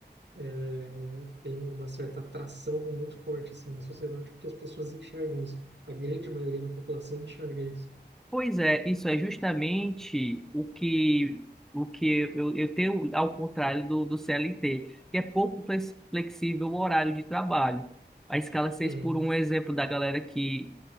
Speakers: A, on the right (about 75°); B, in the centre.
A: é, tem uma certa atração muito forte assim na sociedade porque as pessoas enxergam isso. A grande maioria da população enxerga isso.
B: Pois é, isso é justamente o que o que eu, eu tenho ao contrário do, do CLT, que é pouco flex- flexível o horário de trabalho. A escala seis
A: Uhum,
B: por um é um exemplo da galera que